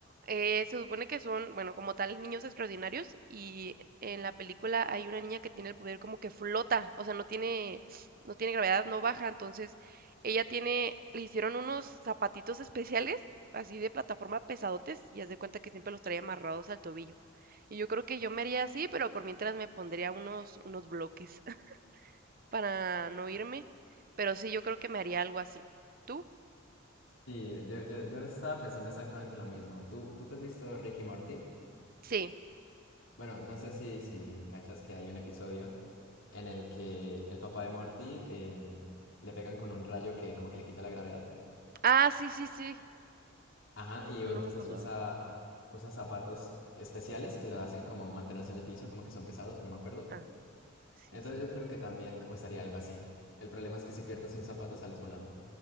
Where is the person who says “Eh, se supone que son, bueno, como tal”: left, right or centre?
Right